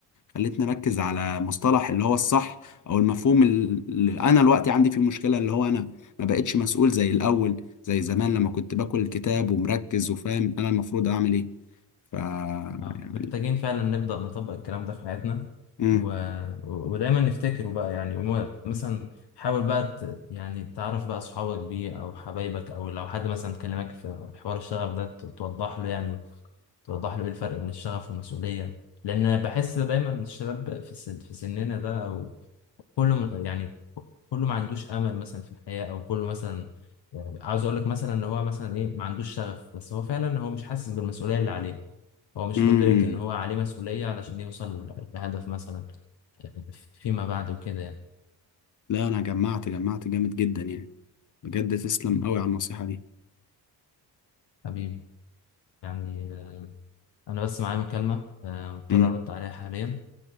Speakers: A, on the left; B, on the left.
A: وخلتني اركز على مصطلح اللي هو الصح او المفهوم اللي انا دلوقتي عندي فيه مشكلة اللي هو انا ما بقتش مسؤول زي الاول زي زمان لما كنت باكل الكتاب ومركز وفاهم انا المفروض اعمل ايه ف يعني
B: آه. محتاجين فعلا نبدأ نطبق الكلام ده في حياتنا
A: امم
B: و... و- ودايما نفتكره بقى يعني وم- مثلا حاول بقى ت... يعني تعرف بقى اصحابك بيه او حبايبك او لو حد مثلا كلمك في حوار الشغف ده ت- توضح له يعني توضح له ايه الفرق بين الشغف والمسؤولية لان بحس دايما الشباب في السن... في سننا ده او كله يعني كله ما عندوش امل مثلا في الحياه او كله مثلا يعني عاوز اقول لك مثلا ان هو مثلا ايه ما عندوش شغف بس هو فعلا هو مش حاسس بالمسؤوليه اللي عليه هو مش
A: امم
B: مدرك ان هو عليه مسؤوليه علشان يوصل لهدف مثلا فيما بعد وكده يعني
A: لا انا جمعت جمعت جامد جدا يعني بجد تسلم
B: م.
A: قوي على النصيحة دي
B: حبيبي يعني آه، انا بس معايا مكالمه آه، مضطر
A: امم
B: ارد عليها حاليا